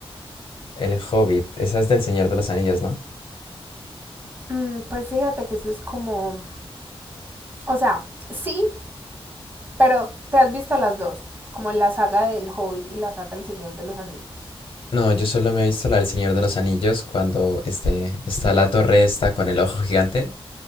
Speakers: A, on the left; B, on the right.
A: El Hobbit, esa es del Señor de los Anillos, ¿no?
B: Mm, Pues fíjate que eso es como... O sea, sí, pero te has visto las dos. Como la saga del Hobbit y la saga del Señor de los Anillos.
A: No, yo solo me he visto la del Señor de los Anillos cuando este, está la torre esta con el ojo gigante,